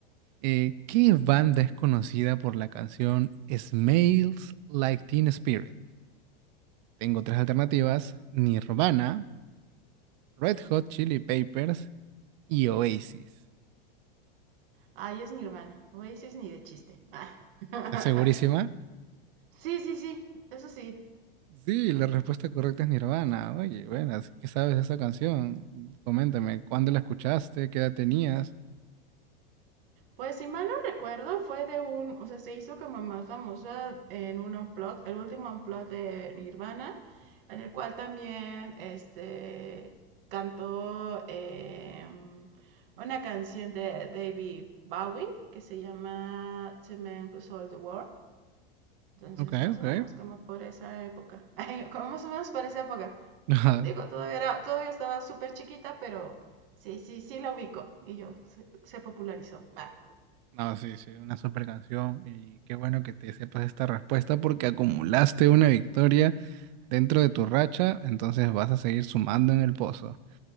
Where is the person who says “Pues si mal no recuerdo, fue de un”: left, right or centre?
Right